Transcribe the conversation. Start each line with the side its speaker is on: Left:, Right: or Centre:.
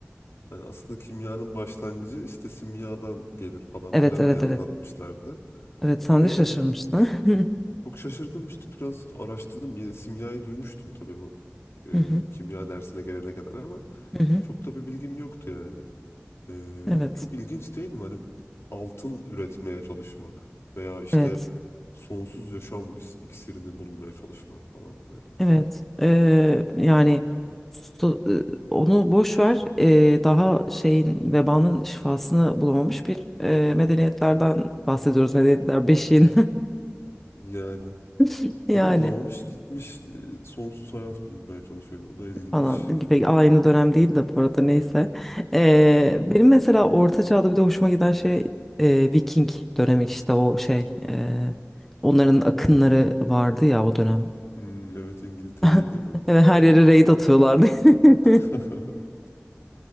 Left: Hani aslında kimyanın başlangıcı işte simyadan gelir falan
Centre: Evet
Left: filan
Centre: evet
Left: diye anlatmışlardı.
Centre: evet. Evet, sen
Left: Ve
Centre: de şaşırmıştın.
Left: hani
Centre: <laughs>
Left: çok şaşırdım işte biraz araştırdım. Yine simyayı duymuştum tabii o
Centre: Hı hı,
Left: e, kimya dersine gelene kadar ama
Centre: hı hı.
Left: çok da bir bilgim yoktu yani. E,
Centre: Evet,
Left: çok ilginç değil mi? Hani altın üretmeye çalışmak veya işte
Centre: evet,
Left: sonsuz yaşam is- iksirini bulmaya çalışmak falan böyle.
Centre: evet. Ee, yani su- e, onu boş ver. Ee, daha şeyin vebanın şifasını bulamamış bir e, medeniyetlerden bahsediyoruz. Medeniyetler beşiğin
Left: Yani
Centre: <laughs> yani
Left: onu bulamamış gitmiş e, sonsuz hayat bulmaya çalışıyor. O da ilginç.
Centre: falan gibi aynı dönem değil de bu arada neyse. Ee, benim mesela Orta Çağ'da bir de hoşuma giden şey e, Viking dönemi işte o şey. e, onların akınları vardı ya o dönem.
Left: Hmm, evet İngiltere'ye
Centre: <laughs>
Left: değil mi?
Centre: Evet, her yere raid atıyorlardı. <laughs>
Left: <laughs>